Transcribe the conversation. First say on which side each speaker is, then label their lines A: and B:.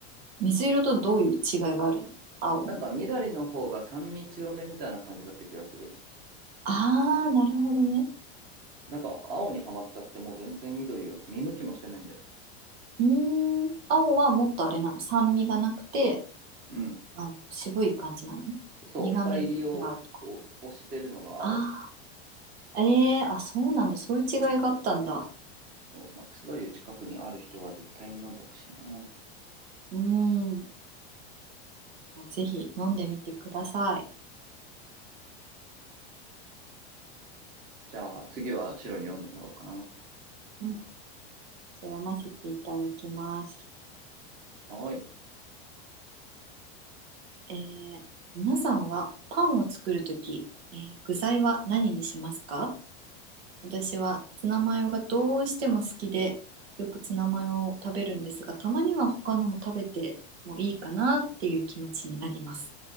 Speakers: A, on the right; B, on the right.
A: 水色とどういう違いがあるの青。
B: なんか、緑の方が酸味強めみたいな感じだった気がする。
A: ああー、なるほどね。
B: なんか、青にはまっちゃってもう全然緑を見向きもしてないんじゃない
A: うーん、青はもっとあれなの、酸味がなくて、
B: うん。
A: あの、渋い感じなの
B: そう、
A: 苦味があるとか。
B: 深入りを、を、をしてるのが青。
A: ああ、ええーあ、そうなんだ。そういう違いがあったんだ。
B: そう、マックスバリュー近くにある人は絶対に飲んでほしいな。
A: うーん。ぜひ飲んでみてください。
B: じゃあ、次は白に飲んでもらおうかな。
A: うん。じゃあ読ませていただきます。
B: はーい。
A: えー、皆さんはパンを作るとき、えー具材は何にしますか私はツナマヨがどうしても好きで、よくツナマヨを食べるんですが、たまには他のも食べてもいいかなっていう気持ちになります。